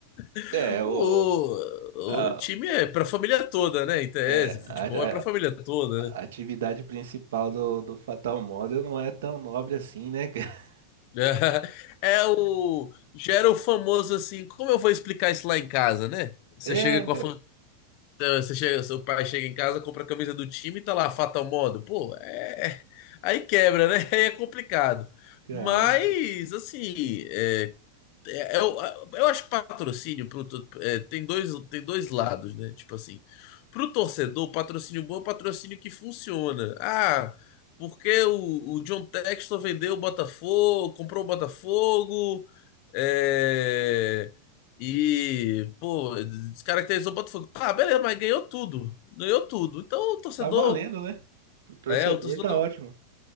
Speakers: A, on the left; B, on the right.
A: <laughs>
B: É,
A: o,
B: o, a-
A: o time é pra família toda, né? Em tese,
B: é, a,
A: futebol é pra família toda, né?
B: a atividade principal do, do Fatal Model não é tão nobre assim, né, cara? <laughs>
A: <laughs> É, o. Gera o famoso assim, como eu vou explicar isso lá em casa, né? Você
B: É,
A: chega com a, fa- Então, Você chega, seu pai chega em casa, compra a camisa do time e tá lá, Fatal Modo. Pô, é. Aí quebra, né? <laughs> Aí é complicado.
B: caramba.
A: Mas, assim, é, é, eu, eu acho que patrocínio pro, to- é, tem dois, tem dois lados, né? Tipo assim, pro torcedor, patrocínio bom é patrocínio que funciona. Ah, porque o, o John Textor vendeu o Botafogo, comprou o Botafogo, é, e, pô, descaracterizou o Botafogo. Tá, beleza, mas ganhou tudo. Ganhou tudo. Então o torcedor,
B: Tá valendo, né? Pro torcedor
A: é, o torcedor
B: tá
A: dá,
B: ótimo.